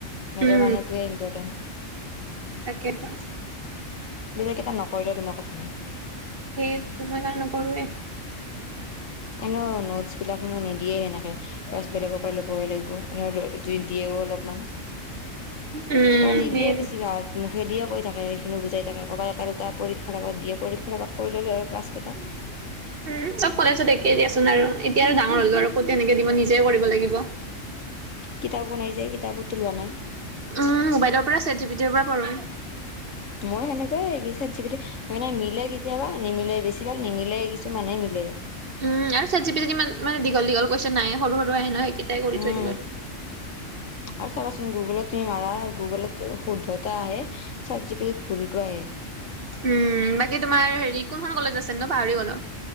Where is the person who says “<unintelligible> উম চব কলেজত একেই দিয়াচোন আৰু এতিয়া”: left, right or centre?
Right